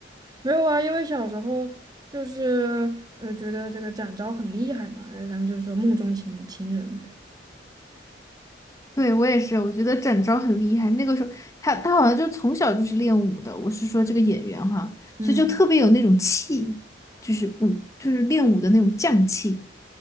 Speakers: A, on the right; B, on the left.
A: 没有啊，因为小时候就是呃觉得这个展昭很厉害嘛，然后咱们就说梦中情情人，
B: 对，我也是，我觉得展昭很厉害。那个时候，他他好像就从小就是练武的。我是说这个演员哈，
A: 嗯，
B: 所以就特别有那种气，就是武，就是练武的那种将气。